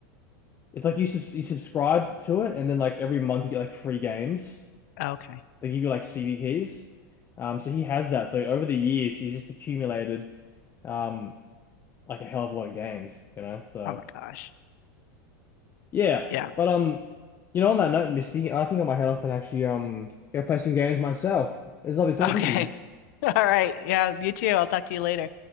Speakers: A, on the left (about 25°); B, on the left (about 60°).
A: It's like you subs you subscribe to it, and then like every month you get like free games.
B: Okay.
A: They give you like CD keys. Um, so he has that. So over the years, he's just accumulated um like a hell of a lot of games, you know. So
B: Oh my gosh.
A: yeah,
B: Yeah.
A: but um, you know, on that note, Misty, I think I might head off and actually um go play some games myself. It's lovely talking
B: Okay.
A: to you.
B: <laughs> All right. Yeah, you too. I'll talk to you later.